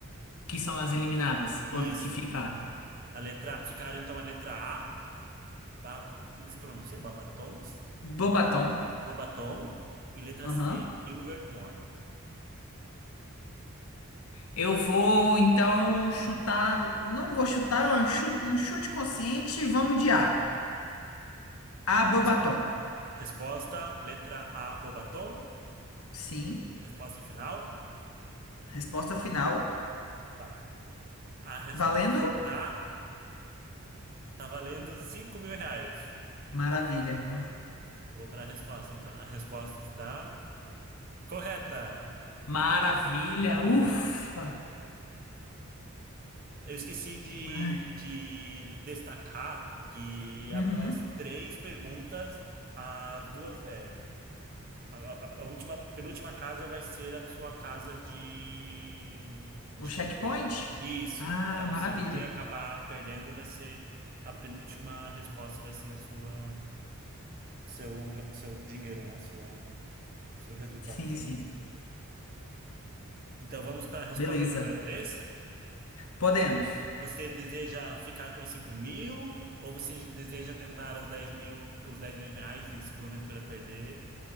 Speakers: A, on the left; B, on the right.
A: Que são as eliminadas,
B: Isso.
A: ou as que ficaram?
B: A letra... Ficaram, então, a letra A, ba- como que se pronuncia? Babatons?
A: Bobaton.
B: Bobaton. E letra
A: Aham.
B: C, Ilvermorny.
A: Eu vou então chutar. Não vou chutar, é um chu- um chute consciente. Vamos de A. A, Bobaton.
B: Res- Resposta, letra A, Bobaton.
A: Sim.
B: Resposta final?
A: Resposta final.
B: Tá. A resposta
A: Valendo?
B: está. Tá valendo 5 mil reais.
A: Maravilha. Uh,
B: Vou para a resposta, então. A resposta está correta,
A: Maravilha.
B: meu batom.
A: Ufa.
B: Eu esqueci de,
A: Ai.
B: de destacar que
A: Uhum.
B: após três perguntas, as duas. É, a, a- a última, penúltima casa vai ser a sua casa de,
A: O
B: de
A: checkpoint?
B: controle. Isso.
A: Ah,
B: Então,
A: maravilha.
B: se você acabar perdendo, vai ser a penúltima resposta, vai ser a sua. seu, ga- seu dinheiro, né? Sua, seu resultado
A: Sim,
B: final.
A: sim.
B: Então vamos para a resposta
A: Beleza.
B: número três
A: Podemos.
B: Você deseja ficar com os 5 mil ou você deseja tentar as dez mil, os 10 mil reais e se porventura perder,